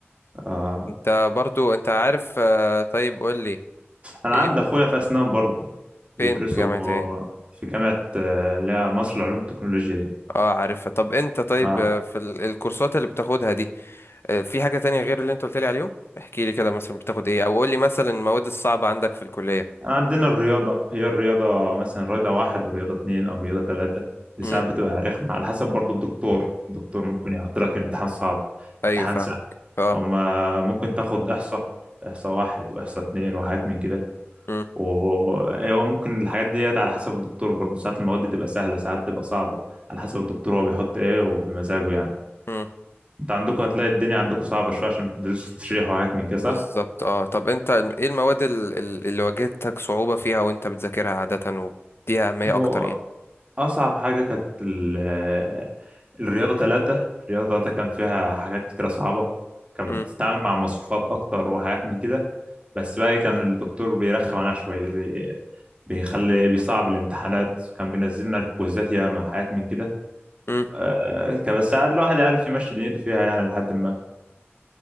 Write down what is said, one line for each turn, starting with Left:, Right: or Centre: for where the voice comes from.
Right: آه.
Left: انت برضو انت عارف آه، طيب قول لي
Right: انا
Left: ايه
Right: عندي اخويا في اسنان برضه بيدرسوا
Left: فين في جامعة ايه
Right: في جامعة آه، اللي هي مصر لعلوم التكنولوجيا دي
Left: اه عارفها طب انت طيب
Right: آه.
Left: آه، في ال- الكورسات اللي بتاخدها دي آه، في حاجة تانية غير اللي انت قلت لي عليهم احكي لي كده مثلا بتاخد ايه او قول لي مثلا المواد الصعبة عندك في الكلية
Right: عندنا الرياضة هي الرياضة مثلا رياضة واحد ورياضة اتنين أو رياضة تلاتة دي
Left: مم.
Right: ساعات بتبقى رخمة على حسب برضه الدكتور الدكتور ممكن يحط لك امتحان صعب
Left: ايوه
Right: امتحان
Left: فاهمك
Right: سهل
Left: اه
Right: هما ممكن تاخد إحصاء إحصاء واحد وإحصاء اتنين وحاجات من كده
Left: مم.
Right: وهو ممكن الحاجات ديت على حسب الدكتور برضه ساعات المواد تبقى سهلة ساعات تبقى صعبة على حسب الدكتور هو بيحط إيه وبمزاجه يعني
Left: مم.
Right: أنت عندكم هتلاقي الدنيا عندكم صعبة شوية عشان بتدرسوا تشريح وحاجات من كده
Left: بالظبط
Right: صح؟
Left: اه طب انت الم- ايه المواد ال- ال- اللي واجهتك صعوبة فيها وانت بتذاكرها عادة وبديها أهمية
Right: هو
Left: اكتر يعني
Right: أصعب حاجة كانت ال- الرياضة تلاتة الرياضة تلاتة كان فيها حاجات كتيرة صعبة كان
Left: مم.
Right: بتتعامل مع مصفوفات أكتر وحاجات من كده بس بقى إيه، كان الدكتور بيرخم عليها شوية بيخلي بيصعب الامتحانات كان بينزل لنا كويزات ياما حاجات من كده
Left: مم.
Right: آه كان بس ساعات الواحد عارف يمشي دنيته فيها يعني لحد ما